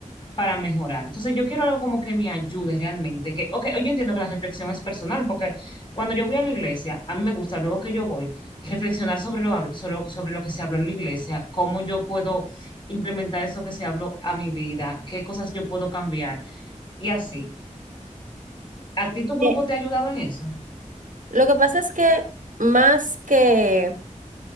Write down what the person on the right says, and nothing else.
Eh,
Lo que pasa es que más que